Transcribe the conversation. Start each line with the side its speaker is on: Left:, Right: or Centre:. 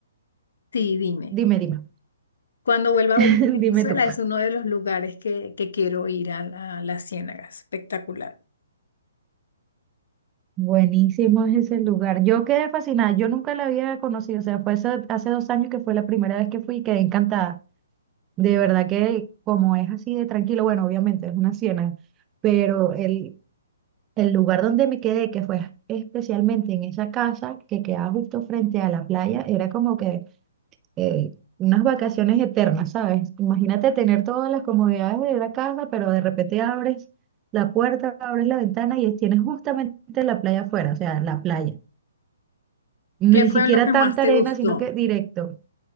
Left: sí, dime.
Right: dime, dime,
Left: Cuando vuelva
Right: <laughs>
Left: a ir a Venezuela
Right: dime tú.
Left: es uno de los lugares que, que quiero ir a la, a la Ciénaga. Espectacular.
Right: Buenísimo es ese lugar. Yo quedé fascinada, yo nunca la había conocido, o sea, fue hace, hace dos años que fue la primera vez que fui y quedé encantada. De verdad que como es así de tranquilo, bueno, obviamente es una ciénaga, pero el, el lugar donde me quedé, que fue especialmente en esa casa que quedaba justo frente a la playa, era como que eh, unas vacaciones eternas, ¿sabes? Imagínate tener todas las comodidades de la casa, pero de repente abres la puerta, abres la ventana y tienes justamente la playa afuera, o sea, la playa ni
Left: ¿Qué fue
Right: siquiera
Left: lo que
Right: tanta
Left: más te
Right: arena,
Left: gustó?
Right: sino que directo.